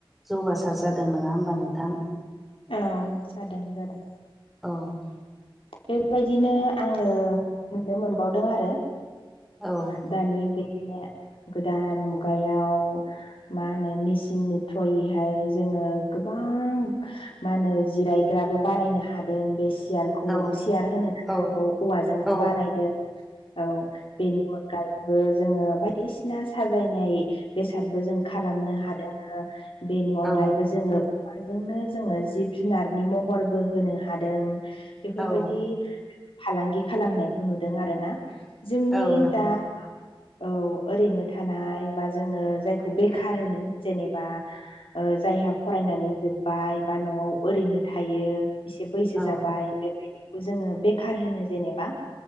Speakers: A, in the centre; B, on the left.
A: जौगासार जादों नङा होमबा नोंथां
B: औ जादों जादों
A: औ
B: बेबायदिनो आङो नुनो मोनबावदों आरो
A: औ
B: दानि बे गोदान मुगायाव मा होनो मेसिननि थ्रयैहाय जोङो गोबां मा होनो जिरायग्राबो बानायनो हादों बे सियार खौ
A: औ
B: सियार होनो
A: औ
B: औवाजों
A: औ
B: बानायदों औ बेनि अनगायैबो जोङो बायदिसिना साजायनाय बेसादबो जों खालामनो हादों। बेनि अनगायैबो
A: औ
B: जोङो अमाजोंनो जोङो जिब जुनारनि महरबो होनो हादों बेफोरबायदि
A: औ
B: फालांगि खालामनायखौ नुदों आरोना जोंनि
A: औ नंगौ
B: दा औ ओरैनो थानाय बा जोङो जायखौ बेखार होनो जेनेबा जायहा
A: नंगौ
B: फरायनानै जोब्बाय बा न'आव ओरैनो थायो इसे बैसो
A: औ
B: जाबाय बेबायदि जोङो बेखार होनो जेनेबा